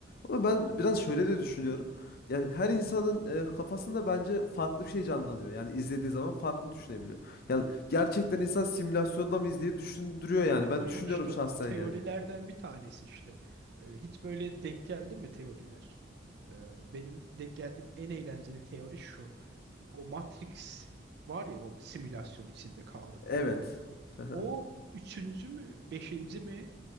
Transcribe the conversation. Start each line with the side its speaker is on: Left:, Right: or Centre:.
Left: Ama ben biraz şöyle de düşünüyorum. Yani her insanın e, kafasında bence farklı bir şey canlanıyor. Yani izlediği zaman farklı düşünebiliyor. Yani gerçekten insan simülasyonda mıyız diye düşündürüyor yani. Ben
Right: Aynen
Left: düşünüyorum
Right: işte
Left: şahsen
Right: o teorilerden
Left: yani.
Right: bir tanesi işte. E, Hiç böyle denk geldi mi teoriler? E, Benim denk geldiğim en eğlenceli teori şu. O Matrix var ya o simülasyon içinde kaldıkları.
Left: Evet. Aha.
Right: O üçüncü mü, beşinci mi